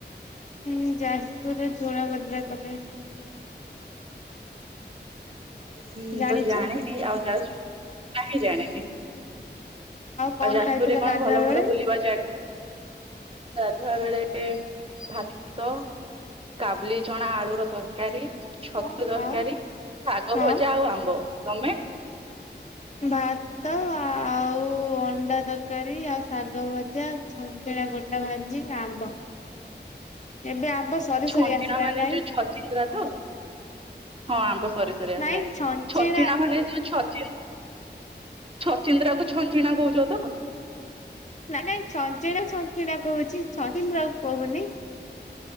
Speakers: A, on the left (about 40°); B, on the right (about 30°).
A: ହୁଁ ଯାଜପୁରରେ ଝୋଣା ଭଦ୍ରା କଲେଜ୍।
B: ହୁଁ
A: ଜାଣିଛ
B: ତ ଜାଣିନି ଆଉ ଯ କହିଁ ଜାଣି।
A: କଣ
B: ଆଉ ଯାଯପୁର
A: ଖାଇଥିଲ
B: ରେ କଣ
A: ଗାଧୁଆ
B: ଭଲ-ଭଲ
A: ବେଳେ?
B: ବୁଲିବା ଜାଗା। ଗାଧୁଆ ବେଳେ ଭାତ। କାବୁଲି ଚଣା ଆଳୁର ତରକାର ତରକାରୀ
A: ହଁ
B: ଛତୁ ତରକାରୀ ଶାଗ
A: ହଁ
B: ଭଜା ଆଉ ଆମ୍ବ ତମେ?
A: ଭାତ ଆଉ ଅଣ୍ଡା ତରକାରୀ ଆଉ ଶାଗ ଭଜା। ସେରା ଗୋଟା ଭାଜି ଆମ୍ବ ଏବେ ଆମ୍ବ ସରି-ସରି
B: ଛଞ୍ଚିଣା
A: ଆସିିଲାଣିି
B: ମାନେ
A: ନାଇଁ?
B: ଯୋଉ ଛଚିନ୍ଦ୍ରା ତ ହଁ ଆମ୍ବ ସରି ସରି ଆସିଲାଣି
A: ନାଇଁ ଛଞ୍ଚିଣା
B: ଛଚିନ୍ଦା ମାନେ ଯୋଉ ଛଚିନି ଛଚିନ୍ଦ୍ରା କୁ ଛଞ୍ଚିଣା କୋହୂଚ ତ।
A: ମାନେ ଚଞ୍ଚିନା କୁ ଚଞ୍ଚିନା କୋହୂଚି ଛଚିନ୍ଦ୍ରା କୋହୁନି।